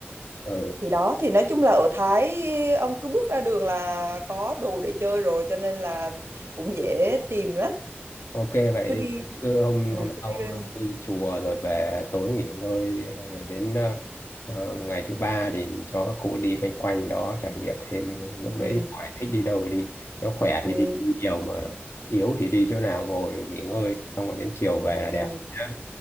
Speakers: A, on the left; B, on the right.
A: Ờ.
B: thì đó thì nói chung là ở Thái ông cứ bước ra đường là có đồ để chơi rồi cho nên là cũng dễ tìm lắm
A: Ok vậy
B: cứ
A: đi
B: đi
A: cứ hôm
B: ừ,
A: hôm
B: cứ
A: sau
B: đi ra-
A: đi chùa rồi về tối nghỉ ngơi rồi đến ờ, ờ, ngày thứ ba thì cho các cụ đi quanh quanh đó trải nghiệm thêm lúc đấy
B: Ừ.
A: thì hỏi thích đi đâu thì đi nếu khỏe thì
B: Ừ.
A: đi nhiều mà yếu thì đi chỗ nào ngồi nghỉ ngơi xong rồi đến chiều về là đẹp
B: Ừ.
A: nhá.